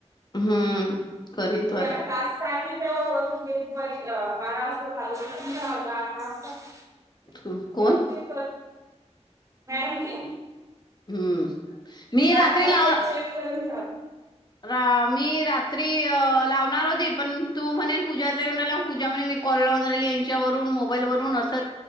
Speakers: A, on the left; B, on the right.
A: हम्म करीन तो आता
B: त्याला तास सा बारा <unintelligible>
A: को- कोण
B: तेवचे मेहती
A: हम्म मी
B: दहा
A: रात्री
B: अकरा
A: लाव
B: वाजता चेक करून ठेवा
A: रा मी रात्री लावणार होते पण तू म्हणेन पूजाचानला पूजा म्हणे म च्यावरून मोबाईल वून अस